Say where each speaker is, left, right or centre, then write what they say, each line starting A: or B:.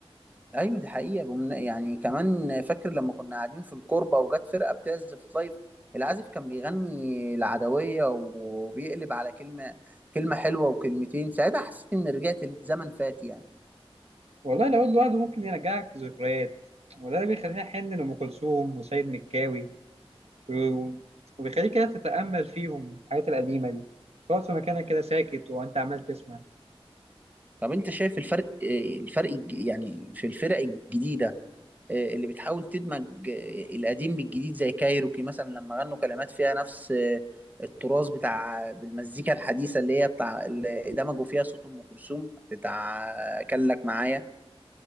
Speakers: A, on the right; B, on the right.
A: ايوه دي حقيقه بمن- يعني كمان فاكر لما كنا قاعدين في الكوربه وجت فرقه بتعزف لايف العازف كان بيغني العدويه وبيقلب على كلمه كلمه حلوه وكلمتين ساعتها حسيت ان رجعت لزمن فات يعني
B: والله لو لوحده ممكن يرجعك ذكريات وده اللي بيخليني أحن لأم كلثوم وسيد مكاوي و- وبيخليك كده تتأمل فيهم الحاجات القديمة دي تقعد في مكانك كده ساكت وأنت عمال تسمع
A: طب انت شايف الفرق آه، الفرق الج- يعني في الفرق الجديدة آه، اللي بتحاول تدمج آه، القديم بالجديد زي كايروكي مثلا لما غنوا كلمات فيها نفس آه، التراث بتاع بالمزيكا الحديثة اللي هي بتاع اللي دمجوا فيها صوت أم كلثوم بتاع آه، كان لك معايا